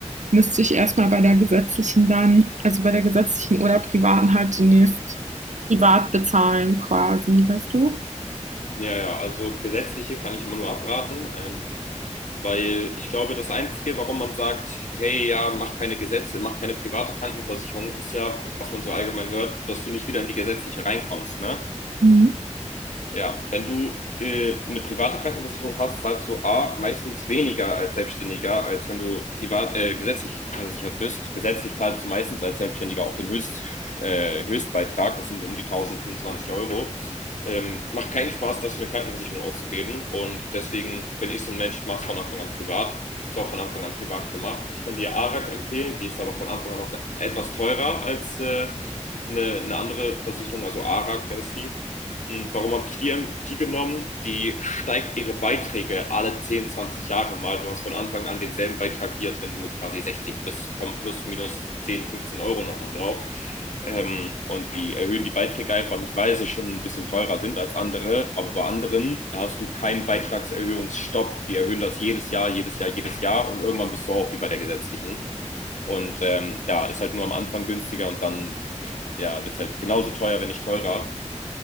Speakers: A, on the right (about 75°); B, on the left (about 80°).
A: müsste ich erst mal bei der gesetzlichen dann also, bei der gesetzlichen oder privaten halt zunächst privat bezahlen quasi, weißt du?
B: ja, ja, also gesetzliche kann ich immer nur abraten. Ähm, Weil ich glaube, das Einzige, warum man sagt, hey, ja, mach keine Gesetze, mach keine private Krankenversicherung, ist ja, was man so allgemein hört, dass du nicht wieder in die gesetzliche reinkommst, ne?
A: Mhm.
B: Ja, wenn du äh, eine private Krankenversicherung hast, zahlst du A, meistens weniger als Selbstständiger, als wenn du privat, äh, gesetzlich versichert bist. Gesetzlich zahlst du meistens als Selbstständiger auch den Höchst, äh, Höchstbeitrag, das sind um die tausendfünfundzwanzig Euro. Ähm, macht keinen Spaß, das für eine Krankenversicherung auszugeben und deswegen bin ich so ein Mensch, mach's von Anfang an privat. Ist auch von Anfang an privat gemacht. Ich kann dir ARAG empfehlen, die ist aber von Anfang an noch etwas teurer als äh, eine, eine andere Versicherung, also ARAG heißt die. Hm, warum habe ich die, die genommen? Die steigt ihre Beiträge alle 10, 20 Jahre mal. Du hast von Anfang an denselben Beitrag wie jetzt, wenn du quasi sechzig, bist, kommen plus, minus 10, 15 Euro nochmal drauf. Ähm, und die erhöhen die Beiträge einfach nicht, weil sie schon ein bisschen teurer sind als andere. Aber bei anderen hast du keinen Beitragserhöhungsstopp. Die erhöhen das jedes Jahr, jedes Jahr, jedes Jahr und irgendwann bist du auch wie bei der gesetzlichen. Und ähm, ja, ist halt nur am Anfang günstiger und dann ja, wird es halt genauso teuer, wenn nicht teurer.